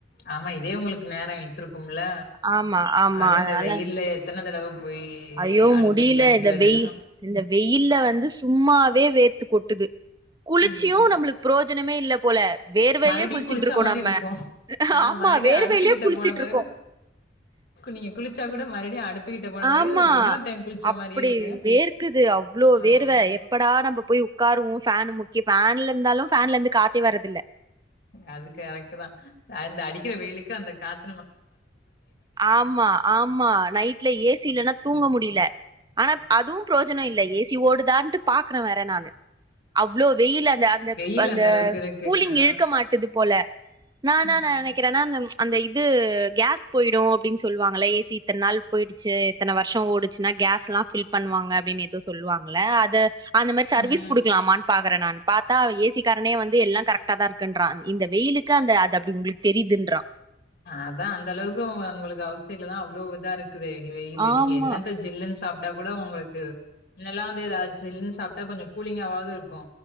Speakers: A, on the left; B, on the right.
A: ஆமா இதே உங்குளுக் நேர இழுத்துருக்கும்ல
B: ஆமா ஆமா
A: அதுவு
B: அதனால
A: இந்த வெயில்லே எத்தன தடவ போயி யி
B: ஐயோ
A: அடுப்புகிட்ட
B: முடியல
A: நிக்கறது
B: இந்த வெயி இந்த வெயில்ல வந்து சும்மாவே வேர்த்து கொட்டுது குளிச்சியு
A: உம்
B: நம்மளுக்கு புரோஜனமே இல்ல போல வேர்வையிலயே
A: மறுடியு
B: குளிச்சிட்டு
A: குளிச்சா
B: இருக்கோ
A: மாரி
B: நம்ம
A: இருக்கு ஆ
B: ஆமா
A: மறுடியு
B: வேர்வையிலயே
A: அடுப்புக்கிட்ட
B: குளிச்சிட்டு
A: போன பிறகு
B: இருக்கோ
A: நீங்க குளிச்சா
B: ம்
A: கூட மறுடியு அடுப் போன பிறகு
B: ஆமா
A: இன்னோர் டைம்
B: அப்படி
A: இருக்கு
B: வேர்க்குது அவ்ளோ
A: ம்
B: வேர்வ எப்படா நம்ப போய் உக்காருவோ ஃபேனு முன் இங்க ஃபேன்ல இருந்தாலு ஃபேன்ல இருந்து காத்தே வரதில்ல
A: அது கரெக்ட் தா அந்த அடிக்கிற வெயிலுக்கு அந்த காத்
B: ஆமா ஆமா நைட்ல ஏ சி இல்லேனா தூங்க முடில ஆனா அதுவு ப்ரோஜன இல்ல ஏ சி ஓடுதான்ட்டு பாக்கற வேற நானு அவ்ளோ வெயில்ல அந்த தக்
A: வெயில்
B: அந்த
A: அளவுக்கு இருக்கு
B: கூலிங்
A: ஆ
B: இழுக்க மாட்டேது போல நா என்னா
A: ம்
B: நெனைக்கறேனா அந்த அந்த இது கேஸ் போய்டும் அப்டின் சொல்வாங்கள்ள ஏ சி இத்தன நாள் போய்டுச்சு இத்தன வர்ஷோ ஓடுச்சுன்னா கேஸ் எல்லா ஃபில் பண்ணவாங்க அப்டின் எதோ சொல்லவாங்கள்ள அது அந்த மாரி சர்வீஸ்
A: ம்
B: குடுக்லாமான் பாக்குறே நானு பாத்தா ஏ சி காரனே வந்து எல்லா கரெக்ட்டா தா இருக்குன்றா இந்த வெயிலுக்கு அந்த அது அப்டி உங்ளுக்கு தெரியுதுன்றா
A: அதா அந்த அளவுக்கு உங்களுக்கு அவுட் சைட்ல தா அவ்ளோ இதாருக் குது வெய்யிலு
B: ஆமா
A: நீங்க என்னத்த ஜில்லுன் சாப்ட்டா கூட உங்களுக்கு மின்னல்லா வந்து எதாச் ஜில்ன்னு சாப்ட்டா கொஞ்ச கூலிங்காவாவ்து இருக்கு